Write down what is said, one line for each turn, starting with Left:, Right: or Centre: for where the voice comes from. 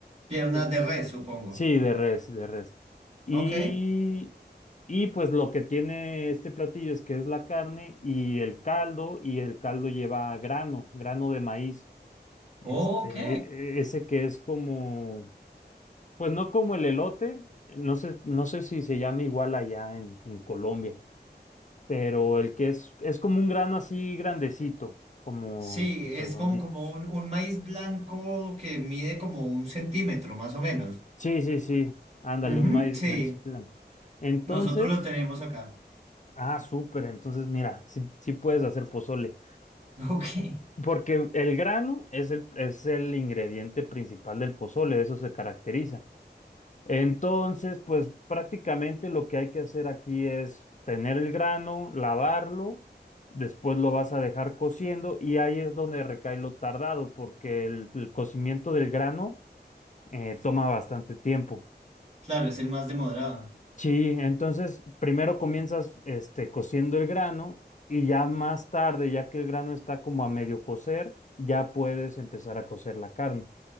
Right: Piernas
Left: Eh,
Right: de res, supongo.
Left: sí, de res, de res. Y,
Right: Ok.
Left: y pues lo que tiene este platillo es que es la carne y el caldo, y el caldo lleva grano, grano de maíz. Este,
Right: Ok.
Left: e- ese que es como, pues no como el elote, no sé, no sé si se llama igual allá en, en Colombia, pero el que es, es como un grano así grandecito, como
Right: Sí, es
Left: redondito.
Right: como, como un, un maíz blanco que mide como un centímetro, más o menos.
Left: Sí, sí, sí, ándale,
Right: Ujú,
Left: un maíz,
Right: sí,
Left: maíz blanco. Entonces,
Right: nosotros lo tenemos acá.
Left: ah, súper, entonces mira, sí, sí puedes hacer pozole,
Right: <laughs> Ok.
Left: porque el grano es el, es el ingrediente principal del pozole, de eso se caracteriza. Entonces, pues prácticamente lo que hay que hacer aquí es tener el grano, lavarlo, después lo vas a dejar cociendo y ahí es donde recae lo tardado, porque el, el cocimiento del grano eh, toma bastante tiempo.
Right: Claro, es el más demorado.
Left: Sí, entonces primero comienzas este, cociendo el grano y ya más tarde, ya que el grano está como a medio cocer, ya puedes empezar a cocer la carne.